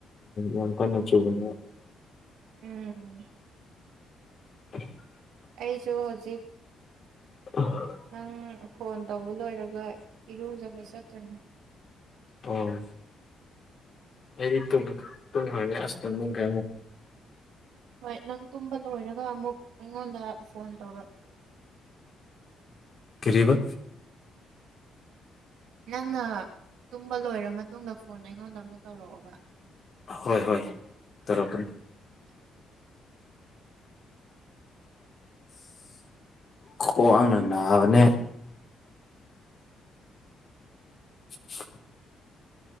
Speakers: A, on the left; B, on the right.
A: ꯌꯥꯝ ꯀꯟꯅ ꯆꯨꯕꯅꯦ
B: ꯎꯝ
A: <inaudible>
B: ꯑꯩꯁꯨ ꯍꯧꯖꯤꯛ
A: ꯑꯣꯣꯏ <inaudible>
B: ꯅꯪ ꯐꯣꯟ ꯇꯧꯕ ꯂꯣꯏꯔꯒ ꯏꯔꯨꯖꯕ ꯆꯠꯇꯣꯏꯅꯦ
A: ꯑꯣ ꯑꯩꯗꯤ ꯇꯨꯡ ꯇꯨꯡ ꯍꯔꯔꯤ ꯑ ꯅ ꯀꯥꯏ
B: ꯍꯣꯏ ꯅꯪ ꯇꯨꯝꯕ ꯂꯣꯏꯔꯒ ꯑꯃꯨꯛ ꯑꯩꯉꯣꯟꯗ ꯐꯣꯟ ꯇꯧꯔꯛ
A: ꯀꯔꯤꯕ
B: ꯅꯪꯅ ꯇꯨꯝꯕ ꯂꯣꯏꯔꯕ ꯃꯇꯨꯡꯗ ꯐꯣꯟ ꯑꯩꯉꯣꯟꯗ ꯑꯃꯨꯛ ꯇꯧꯔꯛꯑꯣꯕ
A: ꯍꯣꯏ ꯍꯣꯏ ꯇꯧꯔꯛꯀꯅꯤ
B: <inaudible>
A: ꯈꯋꯥ꯭ꯡꯅ ꯅꯥꯕꯅꯦ <inaudible>